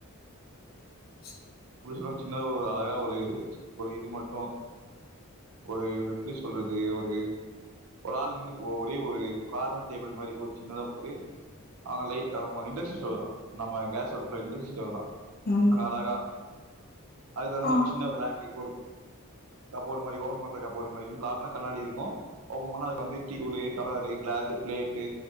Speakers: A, on the left (about 40°); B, on the right (about 75°).
A: <inaudible>
B: ப்புடி சொல்ற ஒரு அழகா ஒரு ஒரு இது மட்டும் ஒரு எப்புடி சொல்றது ஒரு ஒரு ஆள் இன்னு ஒ ஒரே ஒரு கார்னர் டேபிள் மாரி ஒரு சின்னதா <unintelligible> ஆகலை ஆமா இண்டக்ஷன் ஸ்டவ் தான் நம்ம கேஸ் அடுப்புல இண்டக்ஷன் ஸ்டவ் தான்
A: ம்
B: அழகா அதுக்கு தகுந்த
A: ஆ
B: மாரி சின்ன ஒரு ரேங்க ஒரு கபோர்டு மாரி ஓபன் பண்ற கபோர்டு மாரி <unintelligible> கண்ணாடி இருக்கும் ஒபன் பண்ணா அதுக்கு <unintelligible> டீ தூளு டம்ளரு கிளாஸு பிளேட்டு